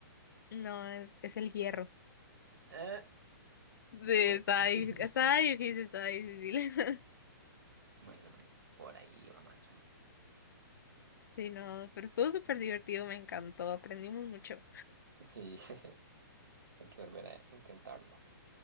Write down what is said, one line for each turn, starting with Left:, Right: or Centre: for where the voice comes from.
Left: No, es, es el hierro.
Right: Ah,
Left: Sí, está,
Right: bueno, <laughs>
Left: dif- está difícil, está difícil. <laughs>
Right: bueno, bueno, por ahí va más o menos.
Left: Sí, no, pero estuvo súper divertido, me encantó, aprendimos mucho.
Right: Sí, <laughs> hay que volver a intentarlo.